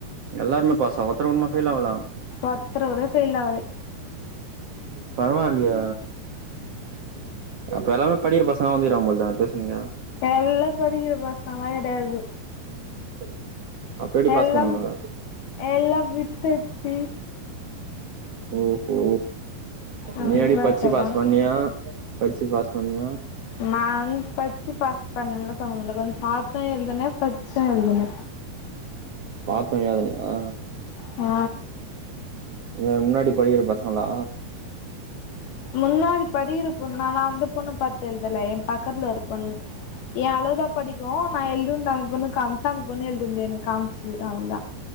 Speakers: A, on the right; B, on the left.
A: எல்லாருமே பாசா ஒருத்தருக்கூடமா ஃபெயில் ஆவல
B: ஒத்தருகூட ஃபெயில் ஆவலே
A: பரவால்லயே அப்ப எல்லாமே படிக்கிற பசங்கதா வந்துருக்காங்க போல்தே அந்த ட்யூஸனுக்கே
B: எல்லா படிக்கிற பசங்களலா கெடையாது
A: <inaudible>
B: எல்லாம்
A: பாஸ் பண்ணுவானுங்க
B: எல்லாம் வித்துட்ச்சு
A: ஓஹோ
B: அவங்க
A: நீ எப்டி பச்சி
B: ஆயிட்டாங்க
A: பாஸ் பண்ணியா பச்சி பாஸ் பண்ணியா
B: நா வந்து பச்சி பாஸ் பன்னனு சொல்ல மாட்டே கொஞ்சோ பாத்தோ எழுதுனே பச்சு எழுதுனே
A: பாத்து எழுதினியா
B: ஆ
A: ஊ முன்னாடி படிக்குற பசங்களா
B: முன்னாடி படிக்குற பொண்ணு நா நா அந்த பொண்ணு பாத்தெழுதல எ பக்கத்துல ஒரு பொண்ணு எ அளவுதா படிக்கோ நா எழுதன்ந்த அந்த பொண்ணு காம்ச்ச அந்த பொண்ணு எழுதுந்தே எனக்கு காமிச்சு அவ்ளோதா